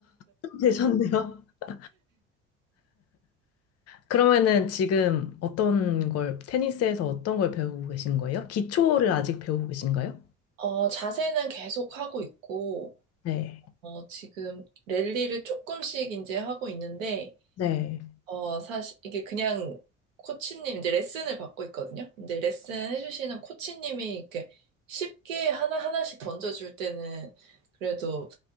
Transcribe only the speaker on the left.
좀 되셨네요. <laughs> 그러면은 지금 어떤 걸, 테니스에서 어떤 걸 배우고 계신 거예요? 기초를 아직 배우고 계신가요?
네.
네.